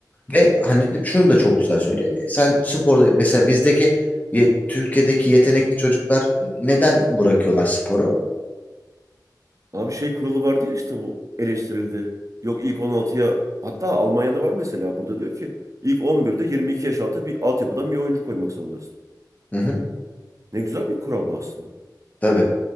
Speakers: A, on the left; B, on the right.
A: Ve hani şunu da çok güzel söylüyor. E, Sen sporda mesela bizdeki ye- Türkiye'deki yetenekli çocuklar neden bırakıyorlar sporu?
B: Abi şey kuralı vardı ya işte o eleştirildi. Yok ilk on altıya hatta Almanya'da var mesela burada diyor ki ilk 11'de 22 yaş altı bir altyapıdan bir oyuncu koymak zorundasın.
A: Hı hı,
B: Ne güzel bir kura bu aslında.
A: tabii.